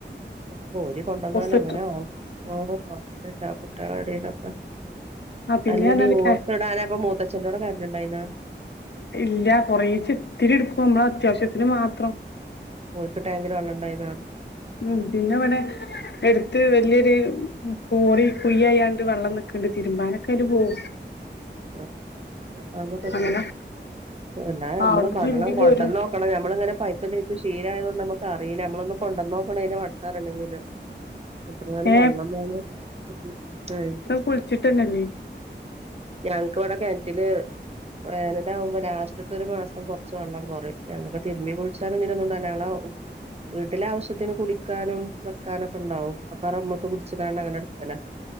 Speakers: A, on the right; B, on the left.
A: അപ്പൊ കോരി കൊണ്ടന്നാല
B: കിട്ടും
A: അങ്ങനെ ആഹ് ആഹ് ആനല്ല കുട്ടളെടയിലൊക്കെ
B: ആ പിന്നെ
A: അല്ലടി
B: പറഞ്ഞാല്
A: ഓല്ക്കിടാൻ
B: ഏ
A: അപ്പ മൂത്തച്ഛന്റെോടെ കാരണ്ട്ണ്ടായിന
B: ഇല്ല കൊറേച്ചെത്തിരി ഇടുക്കും നമ്മള് അത്യാവശ്യത്തിന് മാത്രം
A: ഓൽക്ക് ടാങ്കില് വെള്ളണ്ടായിനാ
B: ഉം പിന്നെ ഇവിടെ എടുത്ത് വല്യഒരു കോറി കുയായാണ്ട് വെള്ളം നിക്ക്ണ്ട് തിരുബാനൊക്കെ അയില് പോവും
A: <inaudible> ആ അങ്ങനൊക്കമ്പോ പറ്റും
B: അങ്ങനെ
A: എല്ലാ
B: ആ
A: നമ്മള്
B: അവിടുന്ന്
A: വെള്ളം
B: തിരുമ്പി
A: കൊണ്ട
B: പോരും
A: ന്നോക്കണം ഞമ്മളിങ്ങനെ പൈപ്പ് തിരിച്ച് ക്ഷീലായോണ്ട് നമക്ക് അറിയില്ല നമ്മളൊന്ന് കൊണ്ടനോക്കാണയിന് വട്ടറിയണെങ്കില് എത്രയാലും
B: ഏ
A: വെള്ളം വേണം ഉം ഉം
B: കുളിച്ചിട്ടന്നല്ലേ
A: ഞങ്ങക്ക് ഇവിടെ കെണറ്റില് വേനലാമ്പോ ലാസ്റ്റ്ത്തൊരു മാസം കൊറച്ച് വെള്ളം കൊറയും ഞങ്ങൾക്ക് തിരുമ്മി കുളിച്ചാലങ്ങനൊന്നുണ്ടാല്ല ഞങ്ങള വീട്ടിലെ ആവശ്യത്തിന് കുടിക്കാനും വെക്കാനൊക്കെ ഉണ്ടാവും അപ്പറമ്മക്ക് കുടിച്ചിക്കാണ്ട് അങ്ങനെ എടുക്കല